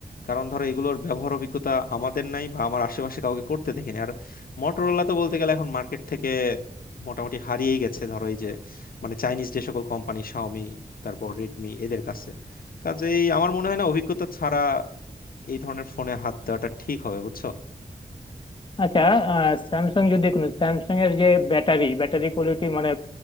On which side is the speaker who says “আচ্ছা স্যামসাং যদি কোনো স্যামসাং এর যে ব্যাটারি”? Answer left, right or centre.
Left